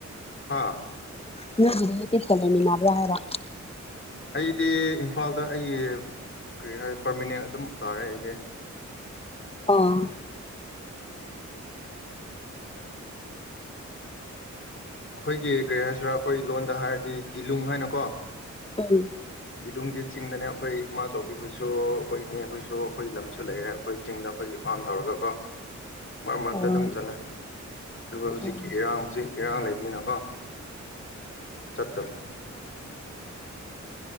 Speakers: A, on the left (about 45°); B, on the left (about 20°).
A: ꯍꯥꯥ
B: ꯅꯣꯏꯒꯤ ꯔꯤꯂꯦꯇꯤꯞꯁꯀ ꯂꯩꯃꯤꯟꯅꯕ꯭ꯔ ꯍꯥꯏꯕ
A: ꯑꯩꯗꯤ ꯏꯝꯐꯥꯜꯗ ꯑꯩ ꯀꯔꯤ ꯍꯥꯏ ꯄꯔꯃꯤꯅꯦꯟ ꯑꯗꯨꯝ ꯇꯥꯔꯦ ꯑꯩꯗꯤ
B: ꯑꯣ
A: ꯑꯩꯈꯣꯏꯒꯤ ꯀꯔꯤ ꯍꯥꯏꯁꯤꯔꯥ ꯑꯩꯈꯣꯏ ꯂꯣꯟꯗ ꯍꯥꯏꯔꯗꯤ ꯗꯤꯂꯨꯡ ꯍꯥꯏꯅꯀꯣ
B: ꯎꯝ
A: ꯗꯤꯂꯨꯡꯗꯤ ꯆꯤꯡꯗꯅꯦ ꯑꯈꯣꯏ ꯏꯃꯥꯆꯧꯕꯕꯤꯈꯣꯏꯁꯨ ꯑꯩꯈꯣꯏ ꯏꯅꯦ ꯈꯣꯏꯁꯨ ꯑꯩꯈꯣꯏ ꯂꯝꯁꯨ ꯂꯩꯔꯦ ꯑꯩꯈꯣꯏ ꯆꯤꯡꯗ ꯑꯩꯈꯣꯏꯒꯤ ꯐꯥꯝ ꯇꯧꯔꯒꯀꯣ ꯃꯔꯛ ꯃꯔꯛꯇ
B: ꯑꯣ
A: ꯑꯗꯨꯝ ꯆꯠꯂꯦ ꯑꯗꯨꯒ ꯍꯧꯖꯤꯛꯀꯤ
B: ꯍꯣꯏ
A: ꯏꯔꯥꯡ ꯍꯧꯖꯤꯛ ꯏꯔꯥꯡ ꯂꯩꯕꯅꯤꯅꯀꯣ ꯆꯠꯇꯕ